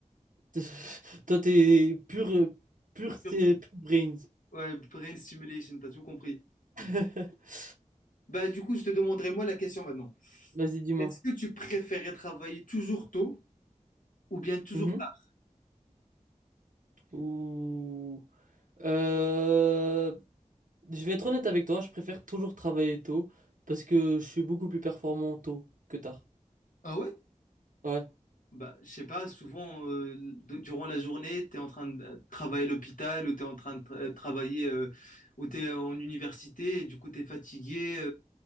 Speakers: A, on the right; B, on the left.
A: <laughs> Toi, t'es pur, euh, pur, c'est
B: <laughs>
A: pur brains.
B: Ouais, brain stimulation, t'as tout compris.
A: <laughs>
B: Bah, du coup, je te demanderai moi la question maintenant.
A: Vas-y, dis-moi.
B: Est-ce que tu préférais travailler toujours tôt ou bien toujours
A: Mhm.
B: tard?
A: Ou... Euh, Je vais être honnête avec toi, je préfère toujours travailler tôt parce que je suis beaucoup plus performant tôt que tard.
B: Ah ouais?
A: Ouais.
B: Bah, je sais pas, souvent, euh, de- durant la journée, t'es en train de euh, travailler à l'hôpital ou t'es en train de tra- travailler euh, ou t'es en université et du coup, t'es fatigué.